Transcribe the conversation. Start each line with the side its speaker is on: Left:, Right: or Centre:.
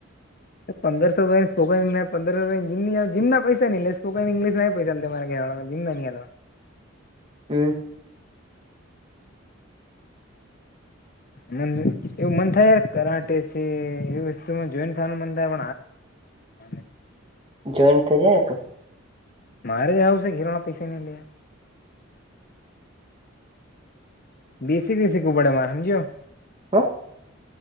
Left: પંદરસો ર સ્પોકન પંદરો રમ જીમના પૈસાહી સ્પોન ઇંગ્લિશ પૈસા <unintelligible> જીમ ની અલવા.
Right: હમ.
Left: મ એવું મન થાય યાર કરાંટે છે એ વસ્તુ જોઈન થવાનું મન થાય <unintelligible> <inaudible>
Right: જોઈન્ટ થઈ જાય તો.
Left: મારે <unintelligible> ઘેરવાના પૈસા <unintelligible> બીસી બીસી શિખવું પડે મારે સમજ્યો.
Right: <inaudible>